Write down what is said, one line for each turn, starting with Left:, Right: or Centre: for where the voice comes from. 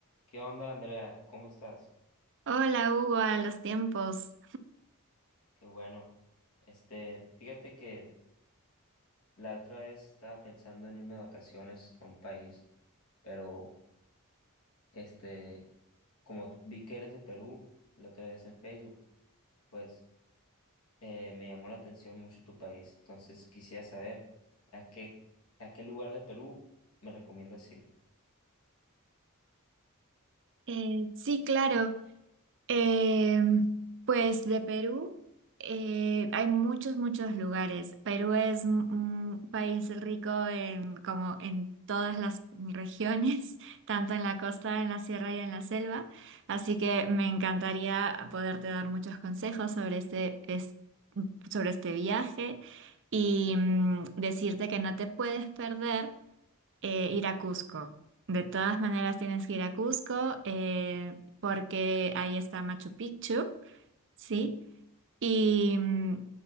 Left: ¿Qué onda, Andrea? ¿Cómo estás?
Right: Hola Hugo, a los tiempos.
Left: Qué bueno. Este, fíjate que la otra vez estaba pensando en irme de vacaciones a un país, pero este, como vi que eres de Perú la otra vez en Facebook, pues eh, me llamó la atención mucho tu país. Entonces quisiera saber a qué, a qué lugar de Perú me recomiendas ir.
Right: Eh, sí, claro. Eh, pues de Perú eh, hay muchos, muchos lugares. Perú es un un país rico en, como en todas las regiones, <laughs> tanto en la costa, en la sierra y en la selva. Así que me encantaría poderte dar muchos consejos sobre este, es- sobre este viaje y mm, decirte que no te puedes perder. eh, ir a Cusco. De todas maneras tienes que ir a Cusco eh, porque ahí está Machu Picchu. ¿sí? Y, mm,